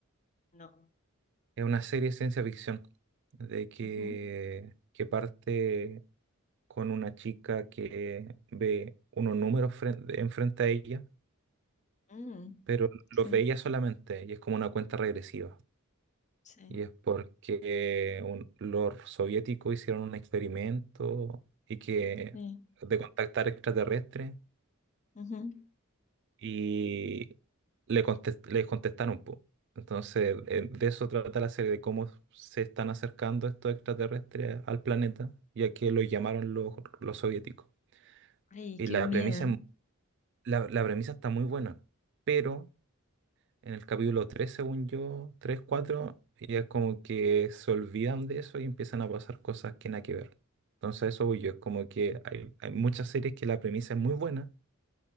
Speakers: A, on the left (about 35°); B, on the right (about 55°).
A: No.
B: Es una serie de ciencia ficción, de que,
A: Ujú.
B: que parte con una chica que ve unos números fren- enfrente a ella
A: Mm,
B: pero los
A: Sí,
B: veía solamente y es como una cuenta regresiva.
A: sí,
B: Y es porque un- los soviéticos hicieron un experimento y que
A: sí.
B: de contactar extraterrestres
A: ujú.
B: y le contest- les contestaron, po. Entonces, eh, de eso trata la serie, de cómo se están acercando estos extraterrestres al planeta, ya que lo llamaron los, los soviéticos.
A: Ay,
B: Y
A: qué
B: la
A: miedo.
B: premisa, es mu- la, la premisa está muy buena, pero en el capítulo 3, según yo, 3 4, ya como que se olvidan de eso y empiezan a pasar cosas que nada que ver. Entonces a eso voy yo, es como que hay, hay muchas series que la premisa es muy buena,